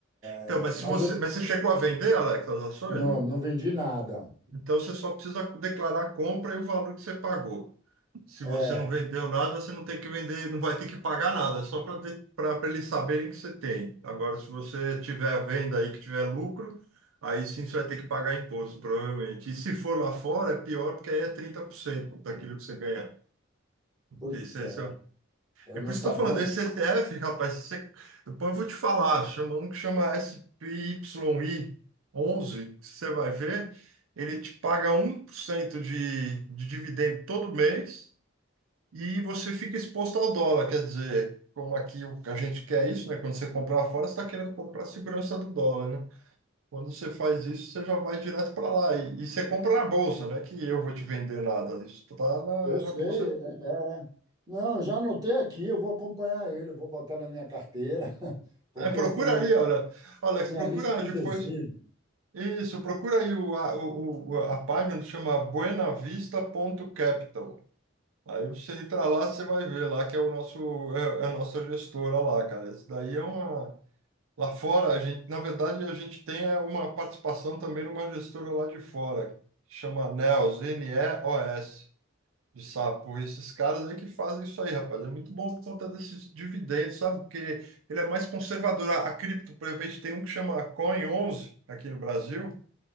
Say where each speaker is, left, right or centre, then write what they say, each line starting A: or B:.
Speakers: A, on the right; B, on the right.
A: Então,
B: É,
A: mas se
B: Mas
A: você,
B: eu
A: mas você chegou a vender, Alex, as ações,
B: não,
A: não?
B: não vendi nada.
A: Então você só precisa declarar a compra e o valor que você pagou. Se
B: É,
A: você não vendeu nada, você não tem que vender, não vai ter que pagar nada, é só para eles saberem que você tem. Agora, se você tiver a venda aí que tiver lucro, aí sim você vai ter que pagar imposto, provavelmente. E se for lá fora, é pior, porque aí é 30% daquilo que você ganhar.
B: pois
A: Esse,
B: é,
A: esse é, o-
B: eu
A: é
B: não
A: por isso
B: sabia
A: estou falando, esse
B: disso.
A: ETF, rapaz, você- depois eu vou te falar, chama um que chama SPYI 11, que você vai ver, ele te paga um por cento de, de dividendo todo mês e você fica exposto ao dólar, quer dizer, como aqui o- a gente quer isso, né? Quando você comprar fora, você está querendo comprar a segurança do dólar, né? Quando você faz isso, você já vai direto para lá e, e você compra na bolsa, né? Que eu vou te vender nada, isso tá na,
B: Eu sei,
A: na bolsa.
B: é, é. Não, eu já anotei aqui, eu vou acompanhar ele, eu vou botar na minha carteira, <laughs> porque
A: É, procura
B: eu tenho
A: ali, olha, Alex,
B: minha
A: procura
B: lista de
A: depois.
B: desejos.
A: Isso, procura aí o, a, o, o- a página que chama buenavista.capital. Aí você entra lá, você vai ver lá que é o nosso é, é a nossa gestora lá, cara. Isso daí é uma Lá fora, a gente, na verdade, a gente tem é, uma participação também numa gestora lá de fora, que chama NEOS, N-E-O-S, de sapo. Esses caras aí que fazem isso aí, rapaz. É muito bom por conta desses dividendos, sabe? Porque ele é mais conservador. A, a cripto, por exemplo, a gente tem um que chama Coin 11 aqui no Brasil,